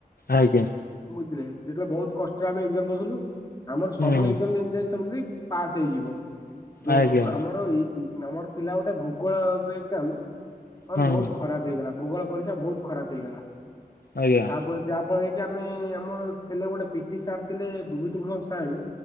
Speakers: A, on the left; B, on the left.
A: ଆଜ୍ଞା।
B: ବୁଝିଲେ ଯେତେବେଳେ ବହୁତ କଷ୍ଟରେ ଆମେ ଏଜାମ ଦଉଥିଲୁ। ଆମର ସବୁ
A: ହୁଁ
B: ଏଜାମ ଯେମତି ନାଇଁ ସେମିତି ପାସ୍ ହେଇଯିବ ଯୋଉ
A: ଆଜ୍ଞା
B: ଆମର ଏଇ ନମ୍ବର ଥିଲା ଗୋଟେ ଭୂଗୋଳ ବ ଏଗ୍ଜାମ ମାନେ
A: ହଁ
B: ବହୁତ ଖରାପ ହେଇଗଲା ଭୂଗୋଳ ପରୀକ୍ଷା ବହୁତ ଖରାପ ହେଇଗଲା
A: ଆଜ୍ଞା
B: ତାପରେ ଯାହା ଫଳରେ କି ଆମେ ଆମର ଥିଲେ ଗୋଟେ ପିଟି ସାର ହେଲେ ଭଭିତ ଭଣ ସାହାଣୀ